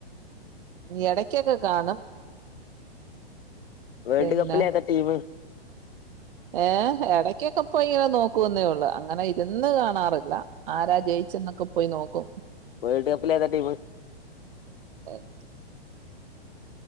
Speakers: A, on the right; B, on the left.
A: എടയ്ക്കൊക്കെ കാണും
B: വേൾഡ്
A: പിന്നെ
B: കപ്പില് ഏതാ ടീം
A: ഏഹ് എടക്കൊക്കെ പോയി നോക്കുവെന്നേ ഉള്ളൂ അങ്ങനെ ഇരുന്ന് കാണാറില്ല ആരാ ജയിച്ചെന്നൊക്കെ പോയി നോക്കും
B: വേൾഡ് കപ്പില്ലേതാ ടീമ്
A: ഏഹ്